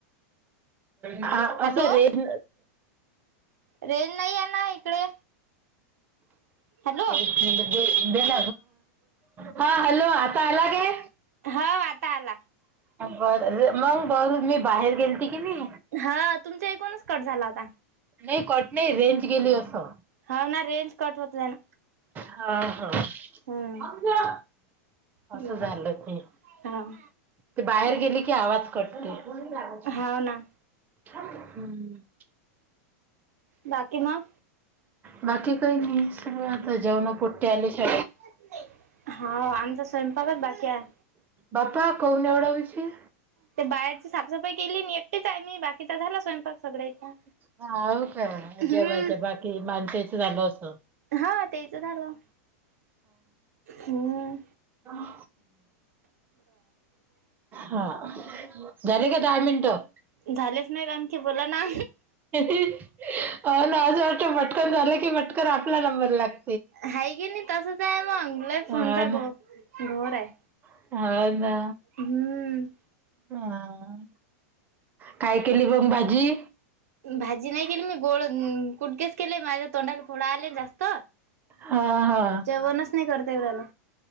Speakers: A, on the right; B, on the right.
A: हा
B: हॅलो
A: असुदेत,
B: रेंज नाही आहे ना इकडे. हॅलो
A: एक मिनीट. <inaudible> हा हॅलो आता आला काय?
B: हो, आता आला.
A: बरं मग, बर मी बाहेर गेलती की मी.
B: हा, तुमच्या इकूनच कट झाला होता.
A: नाही, कट नाही रेंज गेली असं.
B: हो ना. रेंज कट होत जाय ना.
A: हा.. हा.
B: हम्म. बर.
A: असं झालं ते.
B: हाव.
A: ते बाहेर गेली की आवाज कट होतंय. फोन लागत नाही.
B: हाव ना.
A: हम्म.
B: बाकी मग?
A: बाकी काही नाही. सर्व आता जेवणार पोट्टे आले की.
B: हो, आमचा स्वयंपाकच बाकी आहे.
A: बापा कावून एवढा उशीर?
B: ते बाहेरची साफसफाई केली मी. एकटीच मी बाकीचा झाला स्वयंपाक सगळ्याचा.
A: हं.. हो काय?
B: हम्म
A: जेव्हाच्या बाकी माणसाचं झालं असं.
B: हा, तेचं झालं. हम्.
A: हम्. हा, झाले का दहा मिनटं?
B: झालेच नाहीत, आणखी बोला ना.
A: हा ना, असं वाटतं पटकन झालं की, पटकन आपला नंबर लाग,
B: हाय की नाही तसंच आहे मंग. लई फोनचा
A: हा ना
B: घोळ, घोर आहे.
A: हा.. ना.
B: हम्म.
A: हा. काय केली बंघ भाजी?
B: भाजी नाही केली मी, गोळ कुडकेस केले. माझ्या तोंडाला फोड आले जास्त.
A: हां, हां.
B: जेवणच नाही करता येऊ राहिलं.